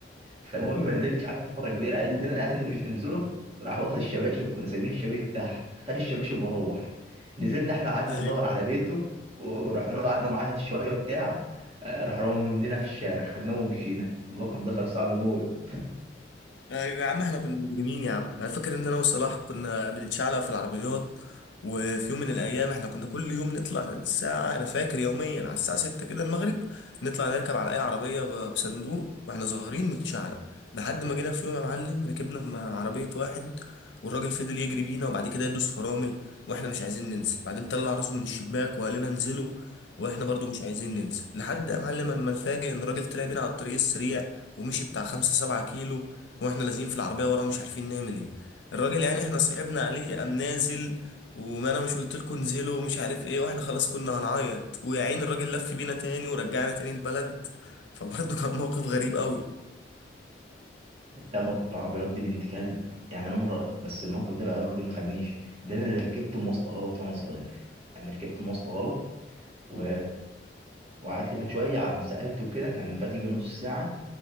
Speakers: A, on the right; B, on the left.
A: فالمهم ما نزلتش قعدت فتره كبيره قال لنا يعني انتوا مش هتنزلوا راح واخد الشباشب كنا سايبين الشباشب تحت خد الشباشب وروح نزلنا احنا قعدنا
B: <laughs>
A: ندور على بيته ورحنا له قعدنا نعيط شويه وبتاع آه، راح رمى مننا في الشارع خدناه ومشينا الموقف ده كان صعب موت
B: ايوه يا عم احنا كنا مجرمين يا عم انا فاكر ان انا وصلاح كنا بنتشعلق في العربيات وفي يوم من الايام احنا كنا كل يوم نطلع الساعه انا فاكر يوميا على الساعه 6 كده المغرب نطلع نركب على اي عربيه ب- بصندوق واحنا صغيرين نتشعلق لحد ما جينا في يوم يا معلم ركبنا في مع عربيه واحد والراجل فضل يجري بينا وبعد كده يدوس فرامل واحنا مش عايزين ننزل بعدين طلع راسه من الشباك وقال لنا انزلوا واحنا برضو مش عايزين ننزل لحد يا معلم ما نفاجئ ان الراجل طلع بينا على الطريق السريع ومشي بتاع خمسة سبعة كيلو واحنا لازقين في العربيه ورا ومش عارفين نعمل ايه الراجل يعني احنا صعبنا عليه قام نازل وما انا مش قلت لكم انزلوا ومش عارف ايه واحنا خلاص كنا هنعيط ويا عين الراجل لف بينا تاني ورجعنا تاني البلد فبرضه كان موقف غريب قوي
A: ده مواقف العربيات دي بنت كلب يعني انا مره بس الموقف ده بقى الراجل ما خدنيش ده انا اللي ركبت مواصله غلط وانا صغير يعني ركبت مواصله غلط و... وقعدت فيها شويه على ما سالت وكده كان فاتي يجي نص ساعه